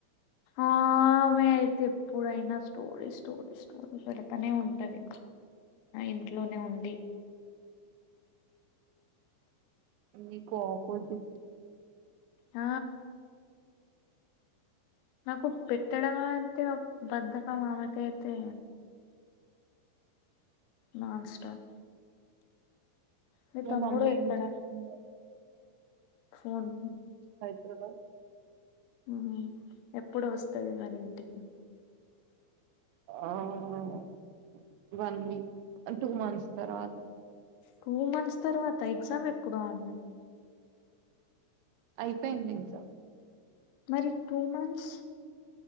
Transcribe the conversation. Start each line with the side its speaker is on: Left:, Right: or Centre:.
Left: ఆమె అయితే ఎప్పుడైనా స్టోరీ స్టోరీ స్టోరీ పెడతానే ఉంటది ఇంట్లోనే ఉండి
Right: మీకు ఆపోజిట్
Left: ఆ నాకు పెట్టడం అంటే బధకం ఆమెకైతే నన్ స్టాప్ మీ
Right: మే
Left: తమ్ముడు
Right: మమ్మీ
Left: ఎక్కడ
Right: ఏం చెప్తున్నారు
Left: ఫోన్
Right: హైదరాబాద్.
Left: మీ ఎప్పుడు వస్తది మరి ఇంటికి.
Right: ఆహ్ వన్ వీక్ అంటే టూ మంత్స్ తర్వాత.
Left: టూ మంత్స్ తర్వాత ఎగ్జామ్ ఎప్పుడు ఆమే.
Right: అయిపోయింది ఎగ్జామ్.
Left: మరి టూ మంత్స్.